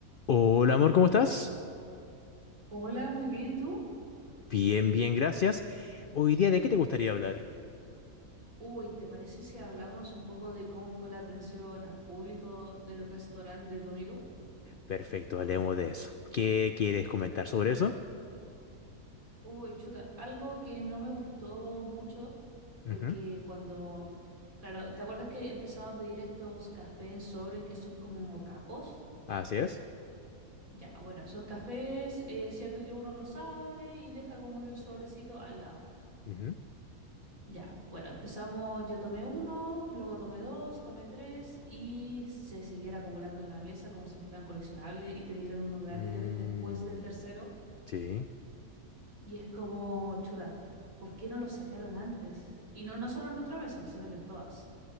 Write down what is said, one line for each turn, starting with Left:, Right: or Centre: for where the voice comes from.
Left: Hola amor, ¿cómo estás?
Right: Hola, muy bien, ¿y tú?
Left: Bien, bien, gracias. Hoy día, ¿de qué te gustaría hablar?
Right: Uy, ¿te parece si hablamos un poco de cómo fue la atención al público del restaurante de tu amigo?
Left: Perfecto, hablemos de eso. ¿Qué quieres comentar sobre eso?
Right: Uy, chuta, algo que no me gustó mucho fue
Left: Ujú,
Right: que cuando, claro, ¿te acuerdas que empezaba a pedir estos cafés en sobre que son como capos?
Left: Así es.
Right: Ya, bueno, esos cafés, eh, es cierto que uno los abre y deja como que el sobrecito al lado.
Left: Ujú.
Right: Ya, bueno, empezamos, yo tomé uno, luego tomé dos, tomé tres y se siguiera acumulando en la mesa como si fueran coleccionables y te dieran uno gratis
Left: Mm,
Right: de- después del tercero.
Left: sí,
Right: Y es como, chuda, ¿por qué no lo sacaron antes? Y no, no solo en nuestra mesa, sino que en todas.